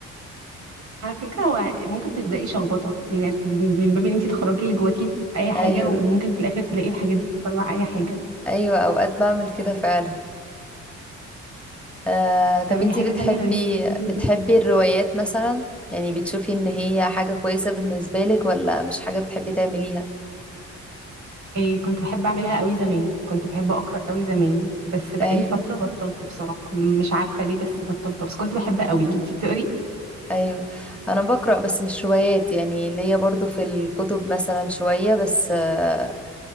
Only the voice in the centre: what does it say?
ايوه
ايوه اوقات بعمل كده فعلا آه،
طب انتي
بتحبي
بتحبي
الروايات مثلا يعني بتشوفي ان هي حاجة كويسة بالنسبة لك ولا مش حاجة بتحبي تعمليها
ايوه
ايوه انا بقرا بس مش روايات يعني ليا برضو في الكتب مثلا شويه بس آه،